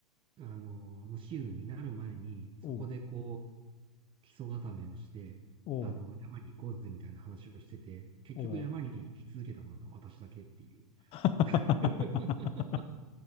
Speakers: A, on the right; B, on the left.
A: あの、のシーズンになる前に、そこでこ
B: おう、
A: 基礎固めをして、
B: おう、
A: あの、山に行こうぜみたいな話をしてて、結局山に行き続けたのは私だけっていう。
B: おう。<laughs>
A: <laughs>